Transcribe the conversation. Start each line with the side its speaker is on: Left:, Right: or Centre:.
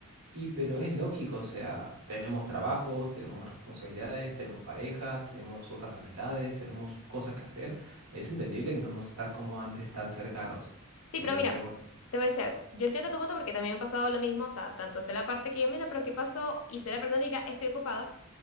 Right: Y pero es lógico, o sea, tenemos trabajos, tenemos responsabilidades, tenemos parejas, tenemos otras amistades, tenemos cosas que hacer. Es entendible que no vamos a estar como antes tan cercanos.
Left: Sí,
Right: Eh,
Left: pero mira,
Right: pero bueno,
Left: te voy a decir algo. Yo entiendo tu punto porque también me ha pasado lo mismo, o sea, tanto sé la parte que yo, mira, pero ¿qué pasó? Y sé la parte donde diga, estoy ocupada,